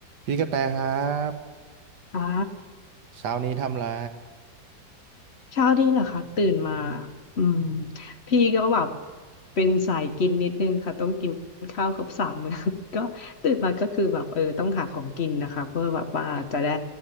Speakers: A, on the right; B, on the left.
A: พี่กระแตครับ
B: อ่า
A: เช้านี้ทำอะไร
B: เช้านี้เหรอคะตื่นมาอืมพี่ก็แบบเป็นสายกินนิดนึงค่ะต้องกินข้าวครบสามมื้อ <laughs> ก็ตื่นมาก็คือแบบเออต้องหาของกินนะคะเพื่อแบบว่าจะได้